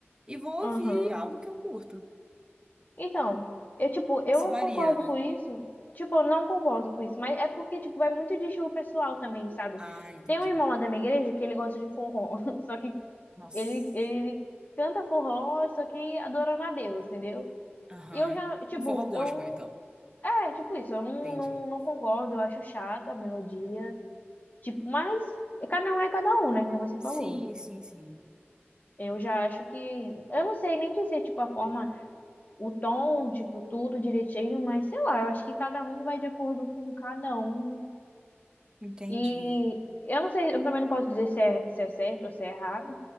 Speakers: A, on the right (about 20°); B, on the left (about 40°).
A: e vou
B: Aham.
A: ouvir algo que eu curto.
B: Então, eu, tipo, eu
A: Isso
B: não
A: varia,
B: concordo
A: né?
B: com isso. Tipo, eu não concordo com isso, mas é porque, tipo, vai muito de estilo pessoal também, sabe?
A: Ah, entendi.
B: Tem um irmão lá da minha igreja que ele gosta de forró, <laughs> só que
A: Nossa.
B: ele, ele canta forró, só que adorando a Deus, entendeu?
A: Aham.
B: E eu já, tipo,
A: Um forró gospel,
B: eu não.
A: então.
B: É, tipo isso, eu não,
A: Entendi.
B: não, não concordo, eu acho chato a melodia. Tipo, mas cada um é cada um, né? Como você
A: Sim,
B: falou.
A: sim, sim.
B: Eu já acho que. Eu não sei nem dizer, tipo, a forma o tom, tipo, tudo direitinho, mas sei lá, eu acho que cada um vai de acordo com cada um.
A: Entendi.
B: E eu não sei, eu também não posso dizer se é, se é certo ou se é errado,